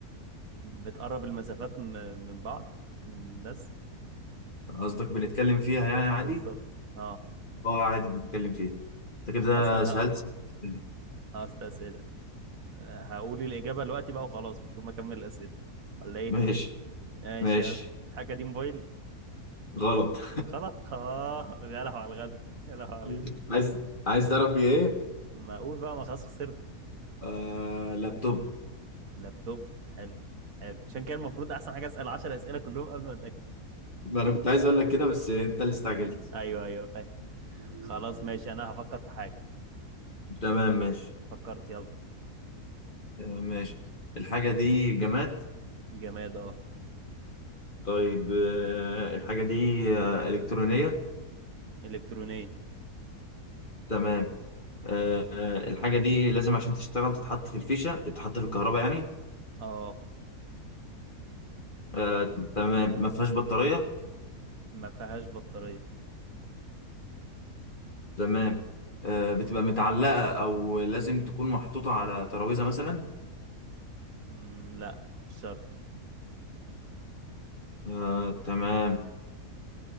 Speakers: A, on the right (about 65°); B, on the left (about 30°).
A: بتقرب المسافات م- من بعض بس
B: قصدك بنتكلم فيها يعني
A: بالظبط
B: عادي
A: اه
B: اه عادي بنتكلم فيها انت
A: خلاص
B: كده
A: انا
B: سألت
A: هقول
B: ست أسئلة.
A: اه ست اسئله آه، هقول الاجابه دلوقتي بقى وخلاص مش هما اكمل الاسئله ولا ايه
B: ماشي
A: ماشي
B: ماشي
A: يلا الحاجه دي موبايل
B: غلط
A: غلط <laughs> اه يا لهو على الغدر يا لهو على
B: <laughs>
A: الغدر
B: عايز عايز تعرف ايه
A: ما اقول بقى ما خلاص خسرت
B: آه لابتوب
A: لابتوب حلو حلو عشان كده المفروض احسن حاجه اسال 10 اسئله كلهم قبل ما اتاكد
B: ما انا كنت عايز اقول لك كده بس انت اللي استعجلت
A: ايوه ايوه فاهم خلاص ماشي انا هفكر في حاجه
B: تمام ماشي
A: فكرت يلا
B: آه ماشي الحاجة دي جماد
A: جماد اه
B: طيب آه الحاجة دي آه إلكترونية
A: الكترونيه
B: تمام آه، الحاجة دي لازم عشان تشتغل تتحط في الفيشة تتحط في الكهرباء يعني
A: اه
B: آه، تمام ما فيهاش بطارية
A: ما فيهاش بطاريه
B: تمام آه، بتبقى متعلقة أو لازم تكون محطوطة على ترابيزة مثلا
A: مم، لا مش شرط
B: آه، تمام